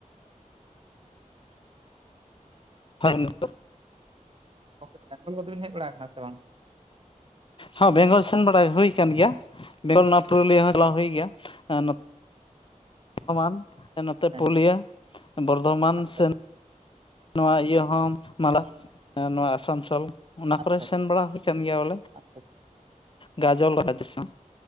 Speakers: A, on the left; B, on the right.
A: ᱦ <unintelligible>
B: ᱜᱚᱝᱠᱮ ᱵᱮᱝᱜᱚᱞ ᱠᱚᱫᱚ ᱵᱤᱱ ᱦᱮᱡ ᱵᱟᱲᱟ ᱟᱠᱟᱱᱟ ᱥᱮ ᱵᱟᱝ?
A: ᱦᱚᱸ ᱵᱮᱝᱜᱚᱞ ᱥᱮᱱ ᱵᱟᱲᱟ ᱦᱩᱭ ᱟᱠᱟᱱ ᱜᱮᱭᱟ, ᱵᱮᱝᱜᱚᱞ ᱱᱚᱣᱟ ᱯᱩᱨᱩᱞᱤᱭᱟ ᱦᱚᱸ ᱪᱟᱞᱟᱣ ᱦᱩᱭ ᱜᱮᱭᱟ᱾ᱟᱨ ᱵᱚᱨᱫᱷᱚᱢᱟᱱ ᱱᱚᱛᱮ
B: ᱦᱮᱸ
A: ᱯᱩᱨᱩᱞᱤᱭᱟᱹ ᱵᱚᱨᱫᱷᱚᱢᱟᱱ
B: ᱟᱪᱪᱷᱟ
A: ᱥᱮᱱ ᱱᱚᱣᱟ ᱤᱭᱟᱹ ᱦᱚᱸ ᱢᱟᱞᱟ ᱱᱚᱣᱟ ᱟᱥᱟᱱᱥᱳᱞ ᱚᱱᱟ
B: ᱟᱪᱪᱷᱟ
A: ᱠᱚᱨᱮ ᱥᱮᱱ ᱵᱟᱲᱟ ᱦᱩᱭ ᱟᱠᱟᱱ ᱜᱮᱭᱟ ᱵᱚᱞᱮ
B: ᱟᱪᱪᱷᱟ ᱟᱪᱪᱷᱟ
A: ᱜᱟᱡᱚᱞ ᱨᱟᱡᱽ ᱫᱤᱥᱚᱢ᱾